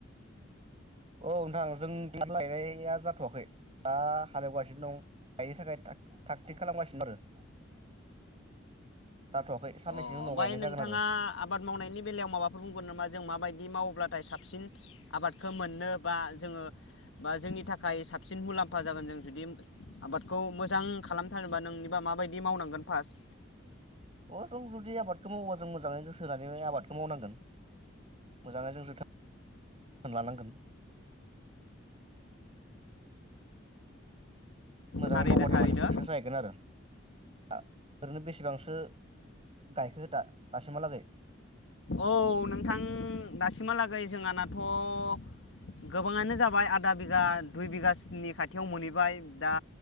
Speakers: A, on the right; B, on the left.
A: औ नोंथां जोंथिं माइ गायनाया जाथवाखै दा हालेवगासिनो दं गायनो थाखाय थाग थिग खालामगासिनो दं आरो। जाथ'वाखै साननैसोनि
B: अ
A: उनाव
B: ओमफ्राय
A: गायनाय
B: नोंथाङा
A: जागोन आरो
B: आबाद मावनायनि बेलायाव माबाफोर बुंगोन नामा? जों माबायदि मावोब्लाथाय साबसिन आबादखौ मोननो बा जोङो बा जोंनि थाखाय साब सिन मुलाम्फा जागोन जों जुदि आबादखौ मोजां खालामथारोबा नोंनिबा माबायदि मावनांगोन फार्स्ट
A: अ जों जुदि आबादखौ मावोबा जों मोजाङै गोसो होनानै आबादखौ मावनांगोन मोजाङै जों जोथोन लानांगोन। मोजाङै
B: थारैनो
A: मावबाथाय
B: थारैनो
A: माने साकसेस जाहैगोन आरो। ओरैनो बेसेबांसो गायखो दा? दासिम हालागै।
B: औ नोंथां दासिमहालागै जोंहाना थ गोबाङानो जाबाय आदा बिगा दुइ बिगासिनि खाथियाव मोनहैबाय दा